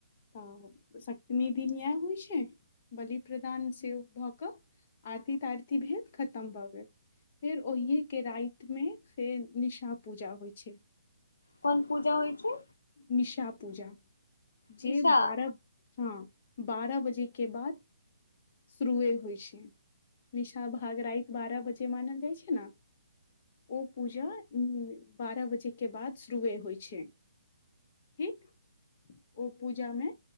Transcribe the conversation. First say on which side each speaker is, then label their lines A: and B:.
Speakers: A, on the left; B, on the left.
A: तऽ सप्तमी दिन। <unintelligible> इएह होइ छै बलि प्रदान से भऽ कऽ आरती -तारती भेल खतम भऽ गेल। फेर ओहिएके रातिमे फेर निशा पूजा होइत छै। <unintelligible>
B: कोन पूजा होइ छै
A: निशा पूजा। <unintelligible> जे
B: निशा
A: बारह। <unintelligible> हँ बारह बजे के बाद शुरुए होइ छै। <unintelligible> निशा भाग राइतत बारह बजे। से मान। <unintelligible> जाइ छै ने। <unintelligible> ओ पूजा ह। <unintelligible> बारह बजे के बाद शुरुए होइ छै। <unintelligible> ठीक। <unintelligible> ओ पूजामे